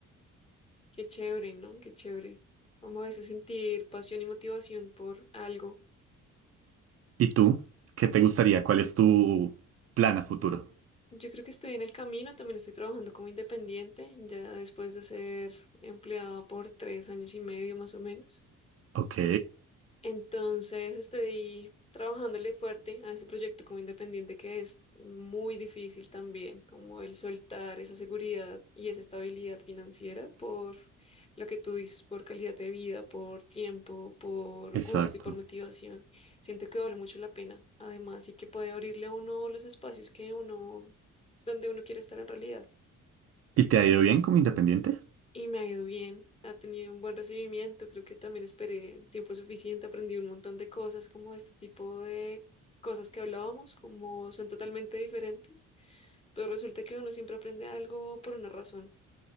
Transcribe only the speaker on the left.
qué chévere, ¿no? Qué chévere. Como ese sentir pasión y motivación por algo
Yo creo que estoy en el camino, también estoy trabajando como independiente, ya después de ser empleada por tres años y medio más o menos.
Entonces estoy trabajándole fuerte a ese proyecto como independiente que es muy difícil también, como el soltar esa seguridad y esa estabilidad financiera por lo que tú dices, por calidad de vida, por tiempo, por
gusto y por motivación. Siento que vale mucho la pena, además, y que puede abrirle a uno los espacios que uno, donde uno quiere estar en realidad
y me ha ido bien, ha tenido un buen recibimiento, creo que también esperé el tiempo suficiente, aprendí un montón de cosas como de este tipo de cosas que hablábamos, como son totalmente diferentes, pero resulta que uno siempre aprende algo por una razón.